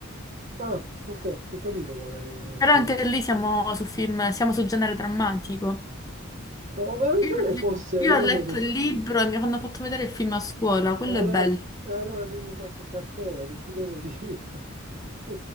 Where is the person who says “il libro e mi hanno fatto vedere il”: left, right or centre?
Left